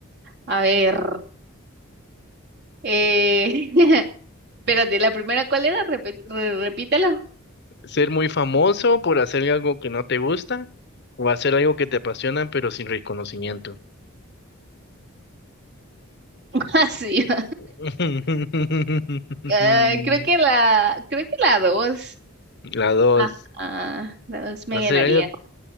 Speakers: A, on the right (about 50°); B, on the left (about 50°).
A: A ver, eh, <laughs> espérate, la primera, ¿cuál era? Repe- re- repítelo.
B: Ser muy famoso por hacer algo que no te gusta o hacer algo que te apasiona pero sin reconocimiento.
A: <laughs> Así. <laughs>
B: <laughs>
A: creo que la, creo que la dos.
B: La dos.
A: Ah, ah, la dos me
B: Hacer
A: llenaría
B: algo.